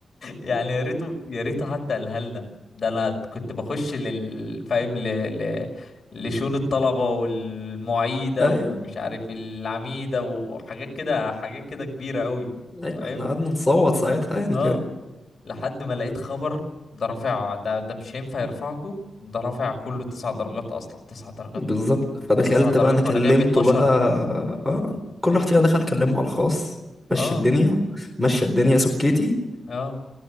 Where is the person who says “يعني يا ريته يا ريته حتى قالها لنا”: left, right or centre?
Left